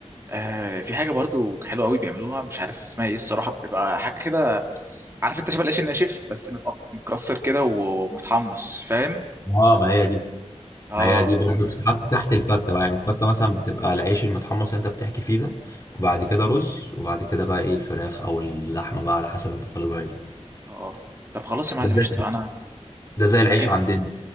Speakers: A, on the right; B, on the left.
A: آه في حاجه برضو حلوه قوي بيعملوها مش عارف اسمها ايه الصراحه بيبقى حاجه كده عارف انت شبه العيش الناشف بس متق- متكسر كده ومتحمص فاهم
B: اه ما هي دي
A: اه
B: ما هي دي برضه بتتحط تحت الفتة بقى يعني الفتة مثلا بتبقى العيش المتحمص اللي أنت بتحكي فيه ده وبعد كده رز وبعد كده بقى إيه الفراخ أو اللحمة بقى على حسب أنت طالبها إيه
A: اه طب خلاص يا معلم
B: ده زي
A: قشطه انا
B: ده زي العيش
A: انا كده
B: عندنا